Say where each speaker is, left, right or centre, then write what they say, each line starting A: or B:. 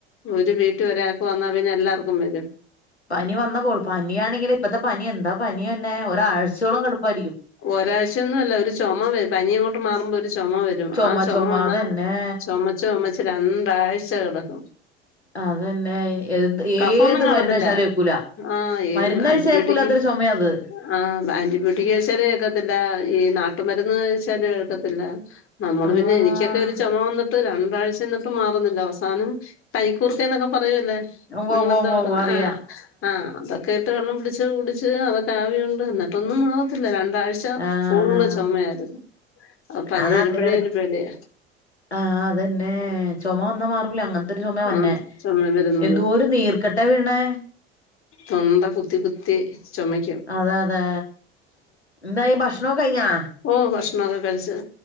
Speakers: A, on the left; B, on the left.
A: ഒരു വീട്ടീ ഒരാക്ക് വന്നാ പിന്നെ എല്ലാർക്കും വരും.
B: പനി വന്നപ്പോള് പന്യാണെങ്കില് ഇപ്പത്തെ പനി എന്താ പന്യന്നെ ഒരാഴ്ചയോളം കെടപ്പായിരിക്കും.
A: ഒരായ്ച്ചയൊന്നും അല്ല ഒരു ചൊമ വര് പനി അങ്ങോട്ട് മാറുമ്പ ചൊമ വരും
B: ചുമ
A: ആ ചൊമ
B: ചുമ
A: വന്നാ
B: അതന്നെ
A: ചൊമച്ച് ചൊമച്ച് രണ്ടാഴ്ച കെടക്കും.
B: അതന്നെ എ
A: കഫൊന്നും
B: ഏത്
A: കാണത്തില്ല
B: മരുന്ന് കഴിച്ചാലും ഏക്കൂല
A: ആഹ് ഏതും
B: മരുന്നഴിച്ചാ
A: ആന്റിബയോട്ടിക്
B: ഏക്കൂലാത്തൊര് ചൊമയാത്.
A: ആഹ് ആന്റിബയോട്ടിക് കയിച്ചാലു ഏക്കത്തില്ല ഈ നാട്ടുമരുന്ന് കയിച്ചാലു ഏക്കത്തില്ല. നമ്മള്
B: ആഹ്
A: പിന്നെ എനിക്കൊക്കെ ഒര് ചൊമ വന്നിട്ട് രണ്ടാഴ്ച്ച നിർ വിട്ടു മാറുന്നില്ല അവസാനം പനിക്കൂർക്കേന്നൊക്കെ പറയൂല്ലേ
B: ഉവ്വ
A: നിങ്ങളെന്താ
B: ഉവ്വ ഉവ്വ
A: പറയുന്ന
B: ഉവ്വ അറിയാം
A: ആഹ് ആഹ് അത് ക്കേട്ട് വെള്ളം പിടിച്ച് കുടിച്ച് അതൊക്ക ആവിയുണ്ട് എന്നിട്ടൊന്നും മാറത്തില്ല രണ്ടാഴ് ച്ച
B: ആഹ്
A: ഫുള്ള് ചൊമയായിര്ന്ന് ആ പനി
B: അത്
A: വരുമ്പോഴേ
B: അങ്ങനെയാണ്
A: ഒരു പേടിയ
B: ആഹ് അതന്നേ ചൊമ വന്നാ മാറൂല അങ്ങന് രു ചൊമയാ വര്നേ
A: ആഹ് ചുമ വരുന്നത്
B: എന്തോരു നീർക്കെട്ടാ വീണേ
A: തൊണ്ട കുത്തി കുത്തി ചൊമയ്
B: അതെ അതെ എന്തായി ഭക്ഷണോക്കെ കയിഞ്ഞാ
A: ഉം ഭക്ഷണൊക്കെ കഴിച്ച്